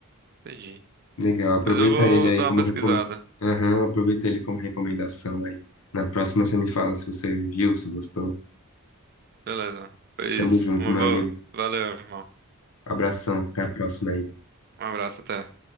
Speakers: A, on the right; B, on the left.
A: entendi.
B: Legal, aproveita
A: Pois eu vou
B: ele aí
A: dar
B: como
A: uma pesquisada.
B: recom... Aham, aproveita ele como recomendação aí. Na próxima você me fala se você viu, se gostou.
A: Beleza. Pois
B: Tamo junto,
A: uma
B: meu
A: boa.
B: amigo.
A: Valeu, irmão.
B: Abração, até a próxima aí.
A: Um abraço, até.